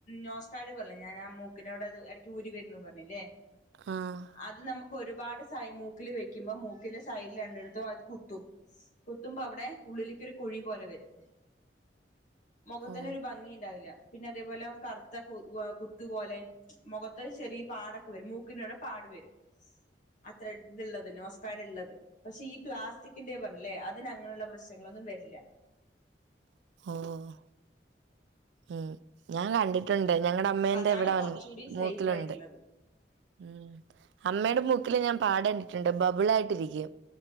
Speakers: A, on the left; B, on the right.
A: നോസാട് <unintelligible> ഞാനാ മൂക്ക്. ക്കിനവിടെ എടയ്ക്ക് ഊരി വെര്ന്നു പറഞ്ഞില്ലേ.
B: ആഹ്
A: അത് നമുക്ക് ഒരുപാട് സൈ മൂക്കില് വെക്കുമ്പോ മൂക്കിന്റെ സൈഡിൽ രണ്ടിടത്തും അത് കുത്തും. കുത്തുമ്പോ അവിടെ ഉള്ളിലേക്കൊരു കുഴി പോലെ വെരും. മൊഖത്തിനൊരു
B: ഓ
A: ഭംഗിണ്ടാവില്ല. പിന്നെ അതേപോലെ കറുത്ത വ് കുത്ത് പോലെ. മൊഖത്തൊരു ചെറിയ പാടൊക്കെ വെരും. മൂക്കിന്റെവിടെ പാട് വെരും.. അത്രട്ള്ളത് നോസ്പേഡ്ള്ളത്. പക്ഷേ ഈ പ്ലാസ്റ്റിക്കിന്റെ പറഞ്ഞില്ലേ അതിന് അങ്ങനെള്ള പ്രശ്നങ്ങളൊന്നും വെര്ല്ല..
B: ഓഹ് ഏഹ് ഞാൻ കണ്ടി ട്ട്ണ്ട് ഞങ്ങടെ അമ്മേന്റെ
A: അപ്പൊ അതാണ്
B: ഇവിടെവന്ന്
A: കുറച്ചുകൂടി സേഫ്
B: മൂക്കില്ണ്ട്
A: ആയിട്ടുള്ളത്
B: ഉം. അമ്മേടെ മൂക്കില് ഞാൻ പാട്ണ്ടിട്ട്ണ്ട്. ബബിളായിട്ടിരിക്യും.